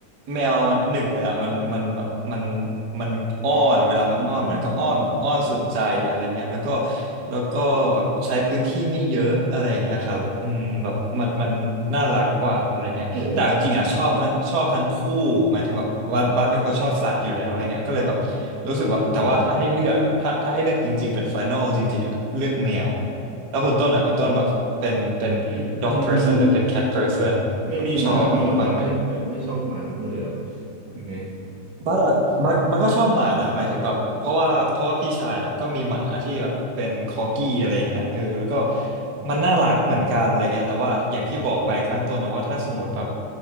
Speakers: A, on the right (about 45°); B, on the right (about 75°).
A: แมวมันหนึ่งเลยอ่ะมันมันแบบมันมันอ้อนเวลามันอ้อนมันก็อ้อนแบบอ้อนสุดใจอะไรเงี้ยแล้วก็
B: อืม
A: แล้วก็แบบใช้พื้นที่ไม่เยอะอะไรเงี้ยครับอืมแบบมันมันน่ารักกว่าอะไรเงี้ยแต่จริงๆอ่ะชอบทั้งชอบทั้งคู่หมายถึงแบบบัสบัสเป็นคนชอบสัตว์อยู่แล้วอะไรเงี้ยก็เลยแบบรู้สึกว่าแต่ว่าถ้าให้เลือกอ่ะถ้าถ้าให้เลือกจริงๆเป็นไฟนอลจริงๆอ่ะเลือกแมว
B: ครับโอ้โหอือหือ
A: แล้วคุณต้นอ่ะคุณต้นแบบเป็นเป็น
B: อืมอืม
A: dog person หรือเป็น cat person
B: ไม่มีหมาบ้างเหรอครับไม่แบบไม่ชอบหมาบ้างเลยเหรอ
A: แบบชอบฟังไหน
B: ยังไง
A: บัสอะบัสบัสก็ชอบหมานะหมายถึงแบบเพราะว่าเพราะว่าพี่ชายอ่ะก็มีหมาที่แบบเป็นคอกี้อะไรเงี้ยเออแล้วก็
B: อืม
A: มันน่ารักเหมือนกันอะไรเงี้ยแต่ว่าอย่างที่บอกไปข้างต้นนะว่าถ้าสมมติแบบ